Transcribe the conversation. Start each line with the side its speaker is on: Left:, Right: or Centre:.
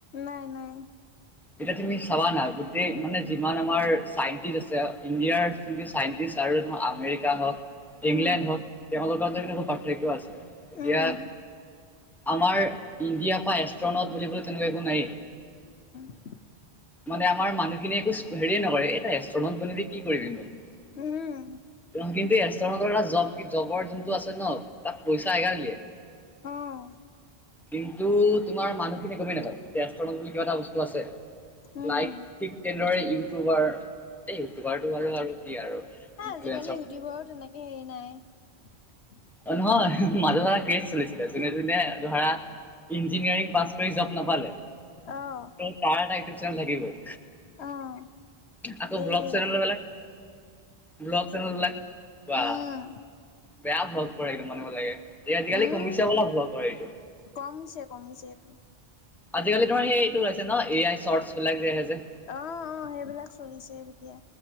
Left: নাই নাই।
Centre: এতিয়া তুমি চাবা না গোটেই মানে যিমান আমাৰ চাইণ্টিষ্ট আছে ইণ্ডিয়াৰ যোনটো চাইন্টিষ্ট। আৰু তোমাৰ আমেৰিকা হওঁক। ইংলেণ্ড
Left: উম,
Centre: হওক তেওঁলোক যদি পাৰ্থক্য আছে এতিয়া।
Left: উম,
Centre: আমাৰ ইণ্ডিয়া পৰা এষ্ট্ৰনট বুলিবলৈ তেনেকুৱা একো নায়েই।
Left: <inaudible>
Centre: মানে আমাৰ মানুহখিনিয়ে একো হেৰিে নকৰে এটা এষ্ট্ৰনট বনিবি কি কৰিবিনো।
Left: উম,
Centre: কিন্তু এষ্ট্ৰনড এটা জ জবৰ যোনটো আছে ন তাত পইচা এগল দিয়ে।
Left: অ'।
Centre: কিন্তু তোমাৰ মানুহখিনি গমে নাপায় তেষ্টৰত বুলি কিবা এটা বস্তু আছে।
Left: উম,
Centre: লাইক ঠিক তেনেদৰে ইউটিউবাৰ এ ইউটিউবাৰটো ভালো আৰু কি আৰু।
Left: হা
Centre: ইনফ্লুৱেঞ্চৰ
Left: আজিকালি ইউটিউবৰো তেনেকে হেৰি নাই।
Centre: অ', নহয় মাজত এটা কেছ চলিছিলে যোনে যোনে ধৰা ইঞ্জিনিয়াৰিং পাছ কৰি জব নাপালে।
Left: অ',
Centre: ত তাৰ এটা উটোপ চেনেল থাকি বয়।
Left: অ',
Centre: আকৌ ব্লগ
Left: এই
Centre: চেনেলব লাক ব্লগ চেনেল লাক বা,
Left: উম,
Centre: বেয়া ভ কৰে মানিব লাগে যে আজিকালি
Left: উম,
Centre: কমিছে বোলা ভাল <unintelligible> এইটো
Left: কমিছে কমিছে এইটো।
Centre: আজিকালি তোমাৰ সেই এইটো ৰৈছে ন', এ আই চৰ্টছ বিলাক যে আহে যে।
Left: অহ-অহ, সেইবিলাক চলিছে এতিয়া